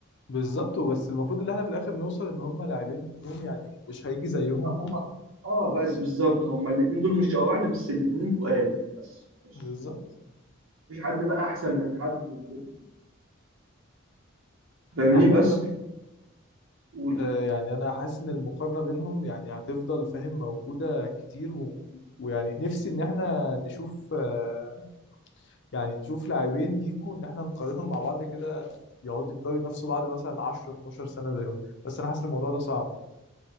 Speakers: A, on the left; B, on the right.
A: بالظبط وبس المفروض إن إحنا في الآخر نوصل إن هم لاعبين اتنين يعني مش هيجي زيهم
B: هم اه بس بالظبط هم الاثنين دول مش شبه بعض بس الاثنين تقال بس مش
A: بالظبط
B: مفيش حد بقى احسن من حد وكده فاهمني
A: عامة
B: بس قول
A: آه، يعني أنا حاسس إن المقارنة بينهم يعني هتفضل فاهم موجودة كتير و... ويعني نفسي إن إحنا نشوف آه، يعني نشوف لاعبين يجوا إن إحنا نقارنهم مع بعض كده يقعدوا يفضلوا ينافسوا بعض مثلا 10 12 سنة زيهم بس أنا حاسس الموضوع ده صعب